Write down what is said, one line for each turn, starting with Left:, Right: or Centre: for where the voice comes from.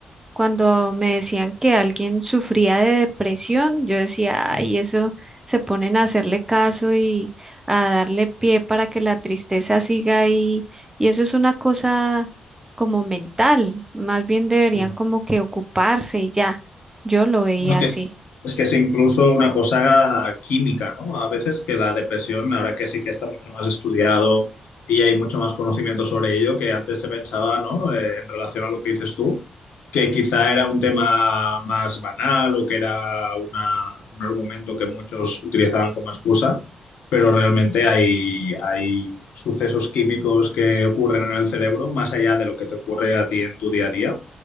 Right: Cuando me decían que alguien sufría de depresión, yo decía,
Left: Mm.
Right: ay, eso se ponen a hacerle caso y a darle pie para que la tristeza siga ahí. Y eso es una cosa como mental, más bien deberían
Left: Ya.
Right: como que ocuparse y ya. Yo lo veía
Left: Bueno, Es que
Right: así.
Left: es, es que es incluso una cosa química, ¿no? A veces que la depresión, ahora que sí que está mucho más estudiado y hay mucho más conocimiento sobre ello, que antes se pensaba, ¿no? Eh, en relación a lo que dices tú, que quizá era un tema más banal o que era una- un argumento que muchos utilizaban como excusa, pero realmente hay, hay sucesos químicos que ocurren en el cerebro más allá de lo que te ocurre a ti en tu día a día